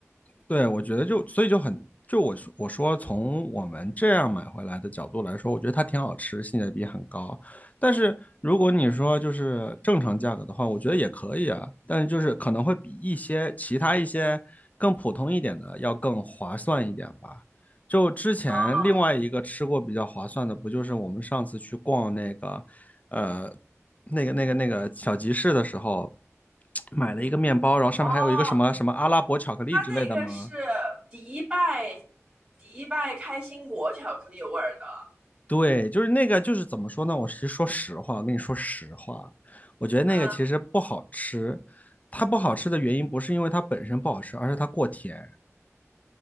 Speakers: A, on the left; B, on the right.
A: 对，我觉得就所以就很就我我说从我们这样买回来的角度来说，我觉得它挺好吃，性价比很高。但是如果你说就是正常价格的话，我觉得也可以啊，但是就是可能会比一些其他一些更普通一点的要更划算一点吧。就之前另外一个吃过比较划算的，
B: 哦
A: 不就是我们上次去逛那个呃那个那个那个小集市的时候，买了一个面包，然后上面还有一个什么什么阿拉伯巧克力之类的吗？
B: 哦，它这个是迪拜迪拜开心果巧克力味儿的，
A: 对，就是那个，就是怎么说呢？我是说实话，我跟你说实话，我觉得那个其实不好吃。
B: 嗯，
A: 它不好吃的原因不是因为它本身不好吃，而是它过甜。